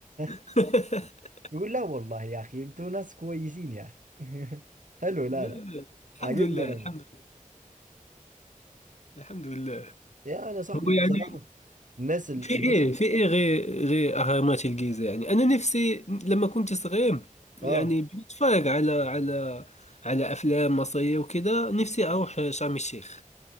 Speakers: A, on the left; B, on the right.
A: <laughs>
B: <laughs> يقول لا والله يا اخي انتوا ناس كويسين يا اخي <laughs> حلو
A: لا
B: لا لا
A: الحمد
B: عاجبني
A: لله
B: انا
A: الحمد لله الحمد لله
B: يا انا صاحبي
A: هو يعني
B: بصراحه الناس ال...
A: في
B: الناس
A: ايه في ايه غير غير اهرامات الجيزه يعني انا نفسي لما كنت صغير يعني
B: اه
A: بنتفرج على على على افلام مصريه وكذا نفسي اروح شرم الشيخ